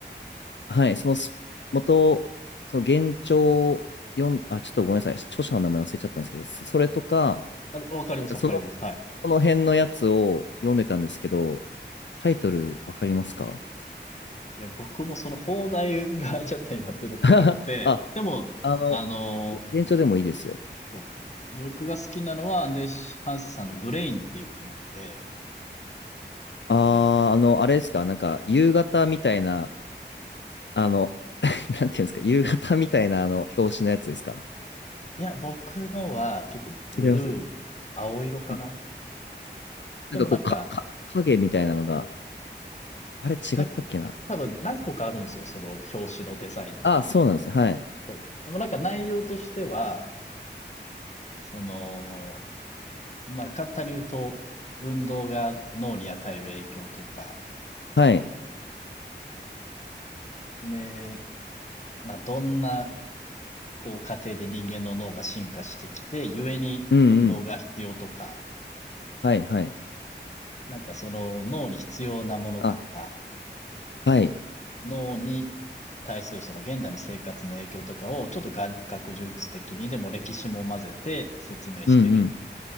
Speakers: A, on the left; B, on the left.
A: はい、そのす元、その原著を読ん、あ、ちょっとごめんなさい、著者の名前忘れちゃったんですけど、そ、それとか、
B: あ、わかります、
A: なんかその、
B: わかります。はい。
A: その辺のやつを読んでたんですけど、タイトルわかりますか
B: いや、僕もその邦題が <laughs> ちょっと今出てこなくて、
A: <laughs> あ、
B: でも、
A: あの、
B: あの
A: げ原著でもいいですよ。
B: ーそう。僕が好きなのはアンデシュ・ハンセさんのブレインっていう本で、
A: あー、
B: ブレイン。
A: あの、あれですか、なんか夕方みたいな、あの、<laughs> なんていうんですか、夕方みたいなあの表紙のやつですか
B: いや、僕のは結構ブルーかな。
A: 違います
B: 青色かな。
A: あ、なんかこう、
B: でもなんか、
A: か、か、影みたいなのが、あれ違ったっけな
B: な、多分何個かあるんですよ。その表紙のデザイン。
A: あ、そうなんです。はい。
B: そう。でもなんか内容としては、その、まあ、簡単に言うと、運動が脳に与える影響とか、
A: はい。
B: で、まあ、どんな、こう、過程で人間の脳が進化してきて、故に運動が必要とか、
A: うんうん。はいはい。
B: なんかその脳に必要なものとか、
A: あ、はい。
B: 脳に対するその現代の生活の影響とかを、ちょっと学術的にでも歴史も混ぜて説明してる
A: うんうん。